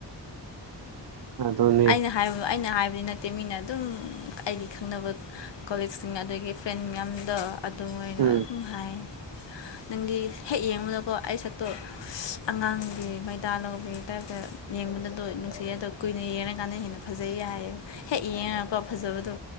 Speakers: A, on the right (about 60°); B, on the left (about 70°).
A: ꯑꯗꯨꯅꯤ
B: ꯑꯩꯅ ꯍꯥꯏꯕ ꯑꯩꯅ ꯍꯥꯏꯕꯗꯤ ꯅꯠꯇꯦ ꯃꯤꯅ ꯑꯗꯨꯝ ꯑꯩꯒꯤ ꯈꯪꯅꯕ ꯑ ꯀꯣꯂꯤꯛꯁꯤꯡ ꯑꯗꯒꯤ ꯐ꯭ꯔꯦꯟ ꯃꯌꯥꯝꯗ ꯑꯗꯨ ꯃ‌ꯣꯏꯅ
A: ꯎꯝ
B: ꯑꯗꯨꯝ ꯍꯥꯏ
A: <inaudible>
B: ꯅꯪꯒꯤ ꯍꯦꯛ ꯌꯦꯡꯕꯗꯀꯣ ꯑꯩ ꯁꯛꯇꯣ ꯑꯁ ꯑꯉꯥꯡꯒꯤ ꯃꯩꯗꯥ ꯂꯧꯕꯒꯤ ꯇꯥꯏꯞꯇ ꯅꯤ ꯌꯦꯡꯕꯗ ꯗꯨ ꯅꯨꯡꯁꯤꯌ‌ꯦ ꯑꯗ‌ꯣ ꯀꯨꯏꯅ ꯌ‌ꯦꯡꯉ ꯉꯀꯥꯟꯅ ꯍꯦꯟꯅ ꯐꯖꯩꯌꯦ ꯍꯥꯏꯌꯦ ꯍꯦꯛ ꯌꯦꯡꯉꯒꯀꯣ ꯐꯖꯕꯗꯣ